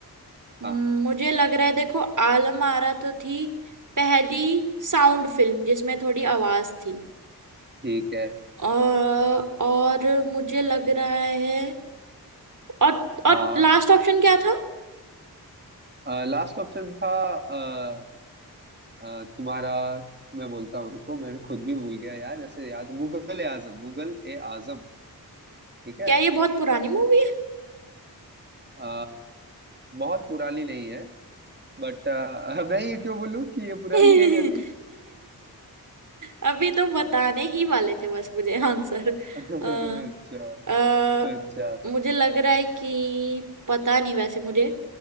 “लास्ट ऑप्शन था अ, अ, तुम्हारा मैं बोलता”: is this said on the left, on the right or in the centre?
Right